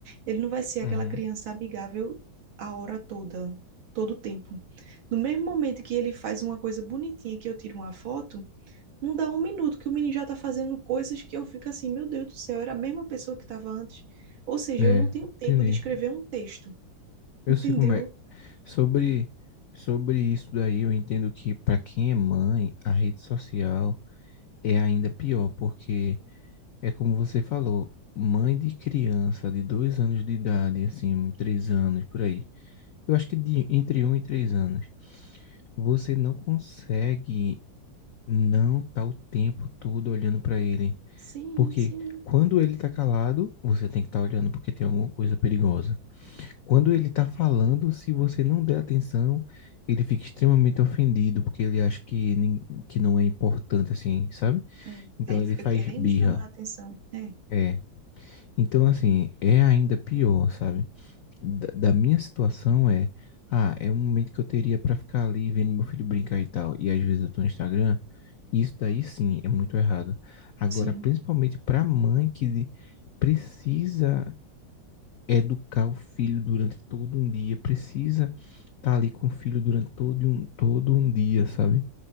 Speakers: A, on the right; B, on the left.
A: Ele não vai ser aquela
B: Uhum.
A: criança amigável a hora toda, todo o tempo. No mesmo momento que ele faz uma coisa bonitinha, que eu tiro uma foto, não dá um minuto que o menino já tá fazendo coisas que eu fico assim, meu Deus do céu, era a mesma pessoa que estava antes. Ou seja,
B: É,
A: eu não tenho tempo
B: entendi.
A: de escrever um texto.
B: Eu
A: Entendeu?
B: sei como é. Sobre, sobre isso daí, eu entendo que para quem é mãe, a rede social é ainda pior, porque é como você falou, mãe de criança de dois anos de idade, assim, três anos, por aí. Eu acho que de, entre um e três anos, você não consegue não estar o tempo todo olhando para ele.
A: Sim,
B: Porque
A: sim.
B: quando ele tá calado, você tem que estar olhando porque tem alguma coisa perigosa. Quando ele está falando, se você não der atenção, ele fica extremamente ofendido, porque ele acha que, nin- que não é importante, assim, sabe?
A: É.
B: Então
A: Aí ele
B: ele
A: fica
B: faz
A: querendo
B: birra.
A: chamar a atenção. É,
B: É. Então, assim, é ainda pior, sabe? Da, da minha situação é. Ah, é um momento que eu teria para ficar ali vendo meu filho brincar e tal. E às vezes eu tô no Instagram. Isso daí sim é muito errado. Agora,
A: sim,
B: principalmente para mãe que precisa educar o filho durante todo um dia, precisa tá ali com o filho durante todo um, todo um dia, sabe?